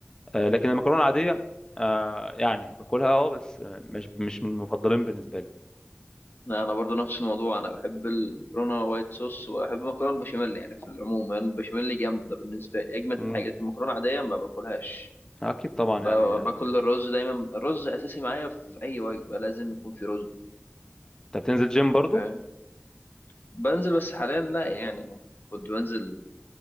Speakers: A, on the left; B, on the left.
A: آه، لكن المكرونه العاديه آه، يعني باكلها اه بس آه، مش مش من المفضلين بالنسبه لي
B: انا أنا برضو نفس الموضوع انا بحب المكرونه وايت صوص وبحب المكرونه بالبشاميل يعني في العموم يعني البشاميل جامده بالنسبه لي اجمد
A: امم
B: حاجه لكن المكرونه عاديه ما باكلهاش
A: اكيد طبعا
B: ب-
A: يعني آه،
B: باكل الرز دايما الرز اساسي معايا في اي وجبه لازم يكون في رز
A: انت بتنزل جيم برضو
B: فاهم بنزل بس حاليا لا يعني انا كنت بنزل